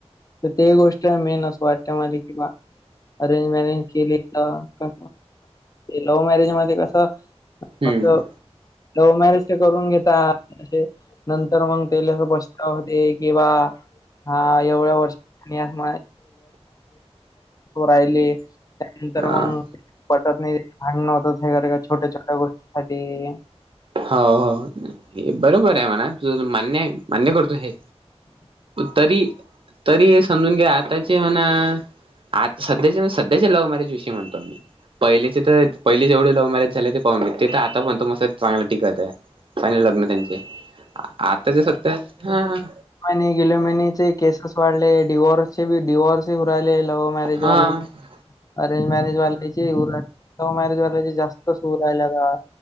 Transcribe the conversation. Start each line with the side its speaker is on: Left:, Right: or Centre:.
Left: तर ते गोष्ट मेन अस वाटतं मला कि बा अरेंज मॅरेज केली तर, लव्ह मॅरेज मध्ये कसं
Right: हम्म
Left: असं, लव्ह मॅरेज ते करून घेता अशे नंतर मग तेले असा पछतावा होतंय की बा हा. एवढ्या वर्षात <inaudible> राहिले, त्यानंतर
Right: हा
Left: मग पटत नाही, भांडणं होतात हे का छोट्या छोट्या गोष्टीसाठी.
Right: हो हो बरोबर आहे म्हणा, तुझं मान्य आहे. मान्य करतो हे. तरी तरी हे समजून घ्या, आताचे म्हणा आता सध्याचे, सध्याचे लव्ह मॅरेज विषयी म्हणतो मी. पहिलेचे तर पहिले जेवढे लव मॅरेज झाले ते पाहून घेतले. ते तर आता पण तो मस्त चांगला टिकत आहे. झाली लग्न त्यांची, आता जे सत्य आहे
Left: आनी गेल्यामहन्याचे केसेस वाढले, डवर्स चे डवॉर्सही होऊ राहिले लवमॅरीज
Right: हा
Left: मॅरेज वाले. अरेंज मॅरेज वाल्यांचे <unintelligible> होऊ राहिले लव्ह मॅरेज वाल्यांचे जास्तच होऊ राहिले का